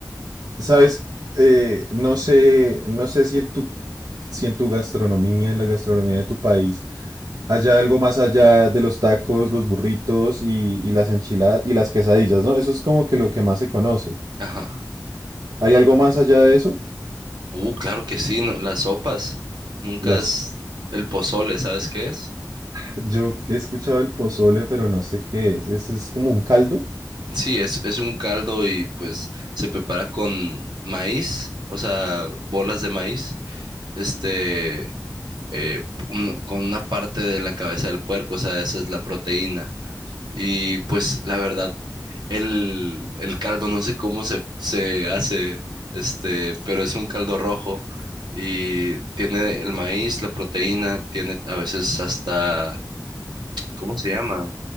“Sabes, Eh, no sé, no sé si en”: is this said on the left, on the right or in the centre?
Right